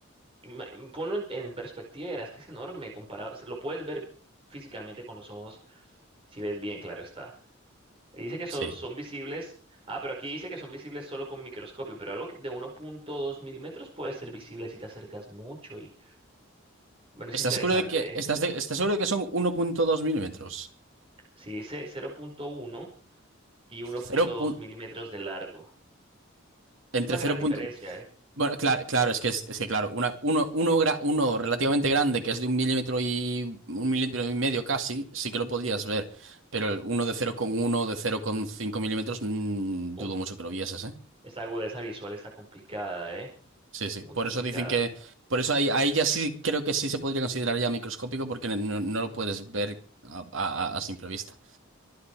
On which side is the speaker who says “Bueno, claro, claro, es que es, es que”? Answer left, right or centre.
Right